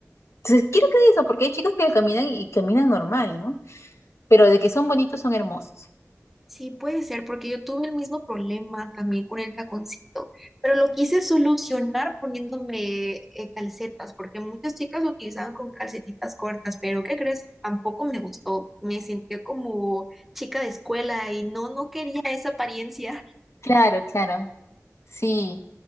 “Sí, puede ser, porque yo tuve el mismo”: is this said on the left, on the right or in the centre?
Centre